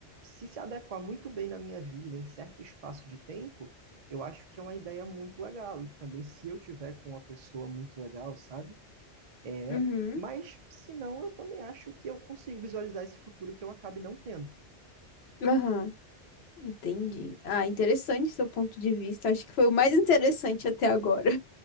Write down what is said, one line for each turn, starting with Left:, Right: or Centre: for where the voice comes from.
Right: se se adequar muito bem na minha vida, em certo espaço de tempo, eu acho que é uma ideia muito legal. E também, se eu tiver com uma pessoa muito legal, sabe? É,
Left: uhum,
Right: mas, se não, eu também acho que eu consigo visualizar esse futuro que eu acabe não tendo.
Left: aham. Entendi. Ah, interessante seu ponto de vista. Acho que foi o mais interessante até agora.